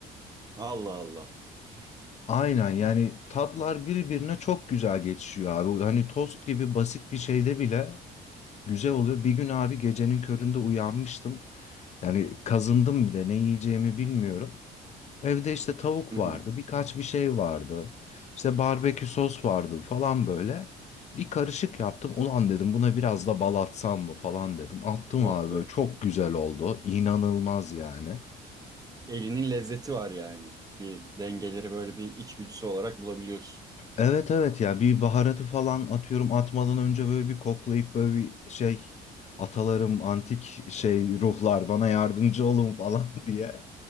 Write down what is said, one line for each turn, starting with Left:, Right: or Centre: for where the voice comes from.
Right: Allah Allah. <laughs>
Left: Aynen yani tatlar birbirine çok güzel geçişiyor abi. Hani tost gibi basit bir şeyde bile güzel oluyor. Bir gün abi gecenin köründe uyanmıştım. Yani kazındım bir de ne yiyeceğimi bilmiyorum. Evde işte tavuk
Right: Hı hı.
Left: vardı, birkaç bir şey vardı. İşte barbekü sos vardı falan böyle. Bir karışık yaptım. Ulan dedim buna biraz da bal atsam mı falan dedim. Attım
Right: Of
Left: abi
Right: be.
Left: böyle çok güzel oldu. İnanılmaz yani.
Right: Elinin lezzeti var yani. Bir dengeleri böyle bir içgüdüsü olarak bulabiliyorsun.
Left: Evet evet ya bir baharatı falan atıyorum atmadan önce böyle bir koklayıp böyle bir şey atalarım antik şey ruhlar bana yardımcı olun falan <laughs> diye